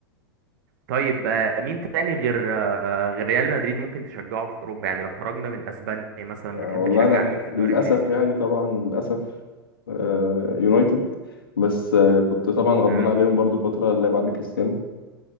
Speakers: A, on the right; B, on the left.
A: طيب آه مين تاني غير آه غير ريال مدريد ممكن تشجعه في أوروبا يعني لو خرجنا من أسبانيا مثلا
B: يعني
A: بتحب
B: والله
A: تشجع
B: انا
A: مين في الدوري
B: للاسف
A: الإنجليزي؟
B: يعني طبعا للاسف آه، يونايتد بس آه، كنت طبعا غضبان
A: آه
B: عليهم برضو فتره اللي هي بعد كريستيانو